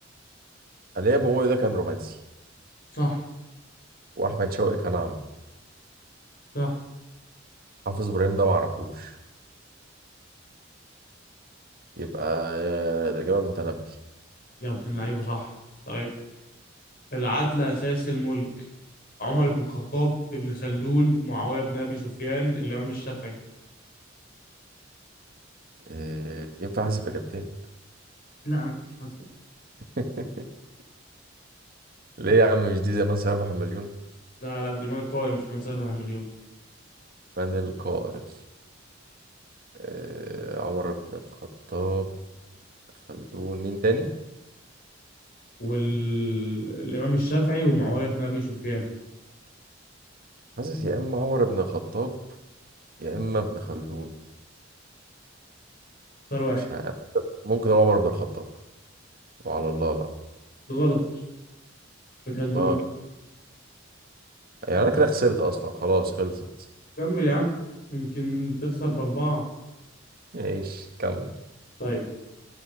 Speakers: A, on the right; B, on the left.
A: علي ابو مولي ده كان رومانسي
B: صح
A: واحمد شوقي كان اعمى
B: صح
A: حافظ ابراهيم ده ما اعرفوش يبقى آه، الاجابة المتنبي
B: يا ابن اللعيبه صح طيب العدل أساس الملك عمر بن الخطاب ابن خلدون معاوية بن أبي سفيان الإمام الشافعي
A: آه، ينفع احسب اجابتين
B: لا مفيش أصلا
A: <laughs> ليه يا عم مش دي زمان سيربح المليون
B: لا لا دي من قوي مش من سيرفع مليون
A: من القائل آه، عمر بن الخطاب خلدون مين تاني
B: والإمام الشافعي ومعاوية بن أبي سفيان
A: حاسس يا اما عمر بن الخطاب يا اما ابن خلدون
B: اختار واحد
A: مش عارف ممكن هو عمر بن الخطاب وعلى الله بقى
B: غلط ابن خلدون
A: ما يعني انا كده خسرت اصلا خلاص خلصت
B: كمل يا عم يمكن تخسر بأربعة
A: ايش كمل يا
B: طيب